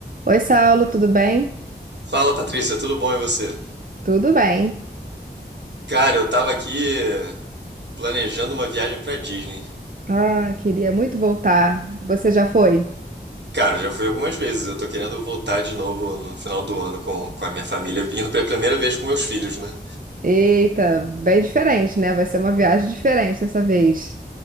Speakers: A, on the right (about 50°); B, on the right (about 70°).
A: Oi, Saulo, tudo bem?
B: Fala, Patrícia, tudo bom e você?
A: Tudo bem.
B: Cara, eu tava aqui planejando uma viagem pra Disney.
A: Ah, queria muito voltar. Você já foi?
B: Cara, já fui algumas vezes, eu tô querendo voltar de novo no final do ano com, com a minha família, indo pela primeira vez com meus filhos, né?
A: Eita, bem diferente, né? Vai ser uma viagem diferente dessa vez.